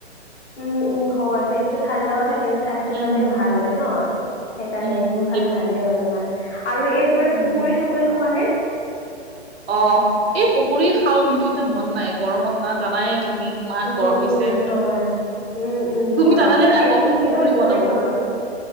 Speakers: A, on the left; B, on the right.
A: উম উম হয় পেটটো ঠাণ্ডাও থাকে মানে স্বাস্থ্যৰ
B: উম
A: কাৰণেও ভাল হয় ন? সেইকাৰণে
B: উম
A: সেইবোৰ
B: সি-
A: খালে ভালে হয় তোমাৰ আৰু এই তোমাৰ
B: উম
A: পকৰি চকৰি খোৱা নে
B: অ এই পকুৰী খাও কিন্তু এতিয়া মন নাই গৰমত না জানাই তুমি ইমান
A: উম,
B: গৰম
A: উম,
B: দিছে
A: হয়। উম, উম,
B: তুমি
A: হয়
B: জানানে নাই
A: এনে
B: প
A: কিহৰ
B: পকৰী বনাব
A: বনোৱা?